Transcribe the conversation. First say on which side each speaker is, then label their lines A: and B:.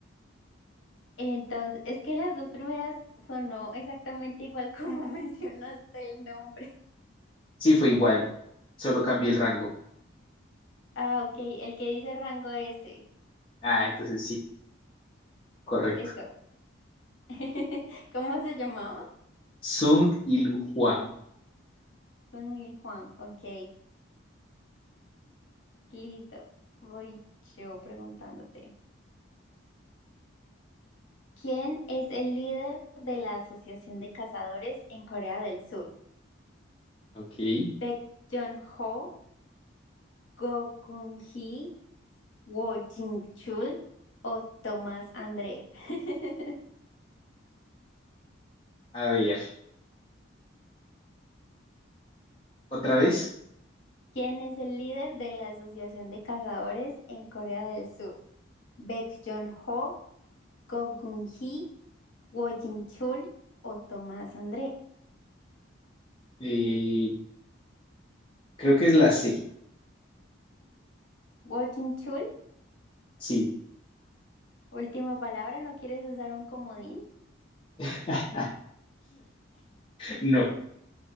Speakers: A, on the left; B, on the left.
A: Entonces, es que las dos primeras sonó exactamente igual como <laughs> mencionaste el nombre.
B: sí fue igual, solo cambié el rango.
A: Ah, ok, el que dice rango S.
B: Ah, entonces sí, correcto.
A: Eso. <laughs> ¿Cómo se llamaba?
B: Sung Il Juan.
A: Son Mil Juan. Ok, listo. Voy yo preguntándote. ¿Quién es el líder de la Asociación de Cazadores en Corea del Sur?
B: Ok.
A: Baek Joon-ho, Go Geun-hee, Woo Jin-chul o Tomás André. <laughs>
B: A ver, otra vez.
A: ¿Quién es el líder de la Asociación de Cazadores en Corea del Sur? Baek Joon-ho, Go Geun-hee, Woo Jin-chul o Tomás André.
B: Eh, creo que es la C.
A: Woo Jin-chul,
B: Sí.
A: última palabra, ¿no quieres usar un comodín?
B: <laughs> No,